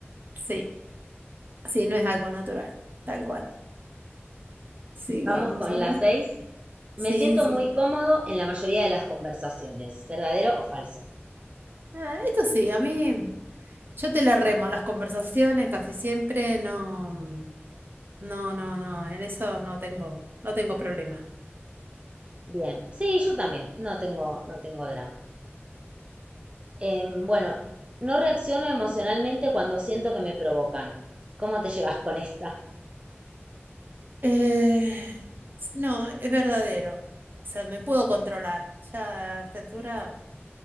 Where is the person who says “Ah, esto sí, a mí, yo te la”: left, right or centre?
Right